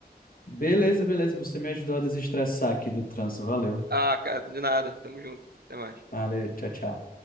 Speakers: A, on the left; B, on the right.
A: Beleza, beleza. Você me ajudou a desestressar aqui do trânsito. Valeu.
B: Ah, cara, de nada. Tamo junto. Até mais.
A: Valeu, tchau, tchau.